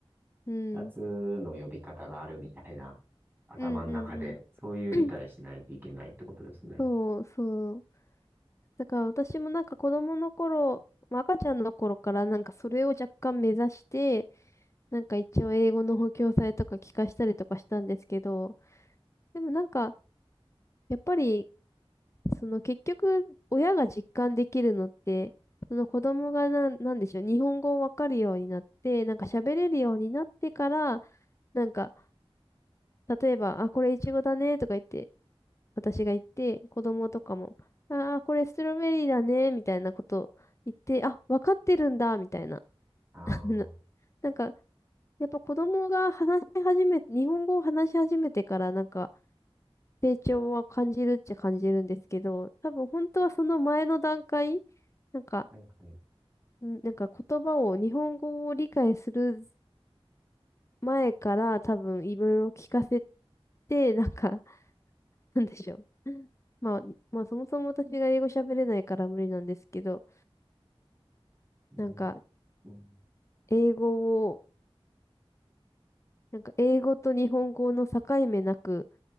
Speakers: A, on the left; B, on the right.
A: うん。
B: 二つの呼び方があるみたいな、頭の中で、
A: うん、うん、うん。
B: そういう理解しないといけないってことですね。
A: <coughs> <clears throat> そう、そう。だから私もなんか子供の頃、まあ赤ちゃんの頃からなんかそれを若干目指して、なんか一応英語の補強剤とか聞かしたりとかしたんですけど、でもなんか、やっぱりその結局、親が実感できるのって、その子供がななんでしょう、日本語をわかるようになって、なんか喋れるようになってから、なんか、例えば、あ、これイチゴだね、とか言って、私が言って、子供とかも、あー、これストロベリーだね、みたいなこと言って、あ、わかってるんだ、みたいな。
B: ああ、
A: <laughs> な
B: は
A: なんか、やっぱ子供が話し始め、日本語を話し始めてから、なんか、成長は感じるっちゃ感じるんですけど、多分本当はその前の段階、なんか、
B: いはい。
A: んなんか言葉を、日本語を理解する前から多分いろいろ聞かせて、なんか、<laughs> なんでしょう。まあ、まあそもそも私が英語喋れないから無理なんですけど、
B: むず、
A: なんか
B: うん、
A: 英語を、なんか英語と日本語の境目なく